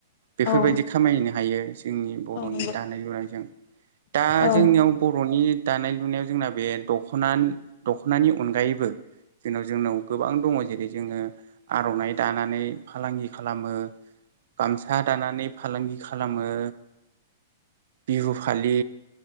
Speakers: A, on the right; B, on the left.
A: बेफोरबायदि
B: औ
A: खामायनो हायो जोंनि बरनि
B: औ नंगौ
A: दानाय लुनायजों दा
B: औ
A: जोंनियाव बर नि दानाय लुनायाव जोंना बे दखना दखनानि अनगायैबो जोंनाव जोंनाव गोबां दङ जेरै जोङो आरनाइ दानानै फालांगि खालामो गामसा दानानै फालांगि खालामो बिहु फालि